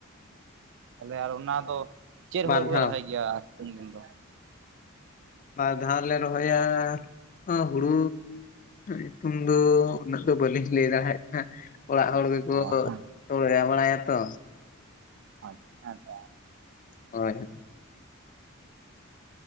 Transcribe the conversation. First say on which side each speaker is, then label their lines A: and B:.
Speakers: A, on the right (about 60°); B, on the left (about 40°).
A: ᱛᱟᱦᱚᱞᱮ ᱟᱨ ᱚᱱᱟ ᱫᱚ ᱪᱮᱫ
B: ᱵᱟᱨ
A: ᱦᱩᱲᱩ ᱠᱚᱯᱮ
B: ᱫᱷᱟᱣ
A: ᱨᱚᱦᱚᱭ ᱜᱮᱭᱟ? ᱟᱨ ᱥᱤᱛᱩᱝ ᱫᱤᱱ ᱫᱚ,
B: ᱵᱟᱨᱫᱦᱟᱣ ᱞᱮ ᱨᱚᱦᱚᱭᱟᱻ ᱦᱚᱸ ᱦᱩᱲᱩ ᱧᱩᱛᱩᱢ ᱫᱚ ᱩᱱᱟᱹᱜ ᱫᱚ ᱵᱟᱹᱞᱤᱧ ᱞᱟᱹᱭ ᱫᱟᱲᱮᱭᱟᱜ ᱠᱟᱱᱟ᱾ ᱚᱲᱟᱜ ᱦᱚᱲ ᱜᱮᱠᱚ
A: ᱚ ᱦᱮᱸ
B: <inaudible> ᱛᱚ
A: ᱟᱪᱷᱟ ᱦᱮᱸ ᱛᱚᱼᱼ
B: ᱦᱚᱭ-ᱦᱳᱭ